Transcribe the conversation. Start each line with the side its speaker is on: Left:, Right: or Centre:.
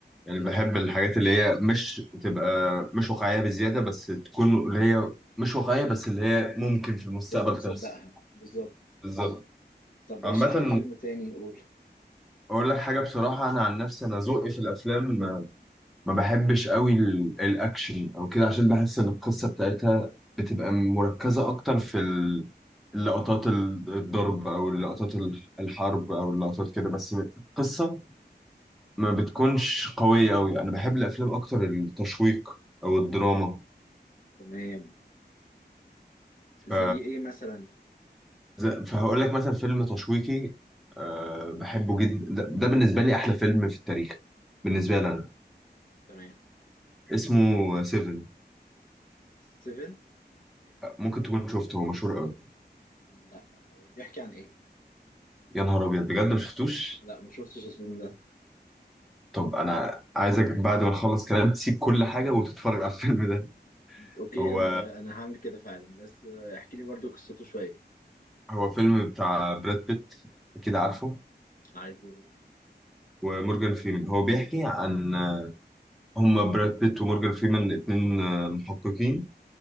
Centre: يعني
Left: إيه.
Centre: بحب الحاجات اللي هي مش تبقى مش واقعية بزيادة بس تكون اللي هي مش واقعية بس اللي هي ممكن في المستقبل
Left: انت مصدقها
Centre: تحصل
Left: بالظبط
Centre: بالظبط
Left: طب
Centre: عامة
Left: رشح لي فيلم تاني قول
Centre: أقول لك حاجة بصراحة أنا عن نفسي أنا ذوقي في الأفلام ما ما بحبش قوي ال- الأكشن أو كده عشان بحس إن القصة بتاعتها بتبقى مركزة أكتر في ال- اللقطات ال- الضرب أو اللقطات ال- الحرب أو اللقطات كده بس القصة ما بتكونش قوية أوي أنا بحب الأفلام أكتر التشويق أو الدراما
Left: تمام زي
Centre: ف...
Left: ايه مثلا
Centre: ز- فهقول لك مثلا فيلم تشويقي أه بحبه جدا ده, ده بالنسبة لي أحلى فيلم في التاريخ بالنسبة لي أنا
Left: تمام
Centre: اسمه سيفن
Left: سيفن
Centre: ممكن تكون شفته هو مشهور قوي
Left: لا هو بيحكي عن ايه
Centre: يا نهار أبيض بجد ما شفتوش
Left: لا ما شفتش الفيلم ده
Centre: طب أنا عايزك بعد ما نخلص كلام تسيب كل حاجة وتتفرج على الفيلم ده
Left: اوكي
Centre: هو
Left: انا انا هعمل كده فعلا بس آه، احكي لي برضو قصته شويه
Centre: هو فيلم بتاع براد بيت أكيد عارفه
Left: عارف
Centre: ومورجان فريمان هو بيحكي عن هما براد بيت ومورجان فريمان اتنين آه، محققين